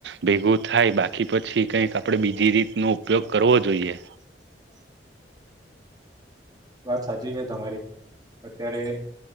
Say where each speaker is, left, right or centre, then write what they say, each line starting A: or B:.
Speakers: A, on the right; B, on the right.
A: ભેગું થાય બાકી પછી કઈક આપડે બીજી <unintelligible> ઉપયોગ કરવો જોઈએ.
B: <inaudible> વાત સાચી છે, તમારી. અત્યારે